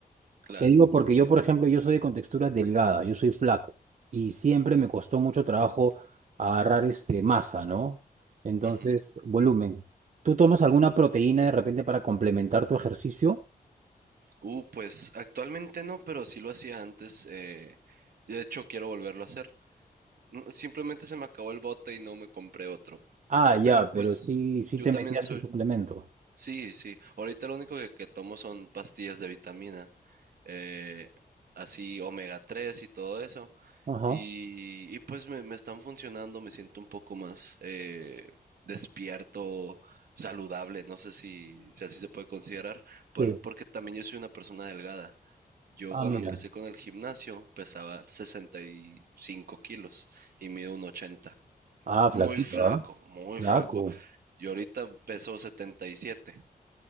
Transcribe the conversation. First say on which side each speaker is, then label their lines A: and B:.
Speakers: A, on the right; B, on the right.
A: claro.
B: Te digo porque yo, por ejemplo, yo soy de contextura delgada, yo soy flaco y siempre me costó mucho trabajo agarrar este masa, ¿no? Entonces,
A: Ujú.
B: volumen. ¿Tú tomas alguna proteína de repente para complementar tu ejercicio?
A: Uh, pues actualmente no, pero sí lo hacía antes. eh, de hecho, quiero volverlo a hacer. No, Simplemente se me acabó el bote y no me compré otro.
B: Ah, ya,
A: Pero pues
B: pero sí, sí
A: yo
B: te
A: también
B: metías
A: soy,
B: tu suplemento.
A: Sí, sí. Ahorita lo único que, que tomo son pastillas de vitamina, eh, así omega 3 y todo eso.
B: Ajá,
A: Y, y pues me, me están funcionando, me siento un poco más eh, despierto, saludable, no sé si, si así se puede considerar, por-
B: sí.
A: porque también yo soy una persona delgada. Yo
B: Ah,
A: cuando
B: mira.
A: empecé con el gimnasio pesaba 65 kilos y mido un ochenta,
B: Ah, flaquito,
A: Muy flaco,
B: ¿ah?
A: muy
B: Flaco.
A: flaco. Y ahorita peso 77.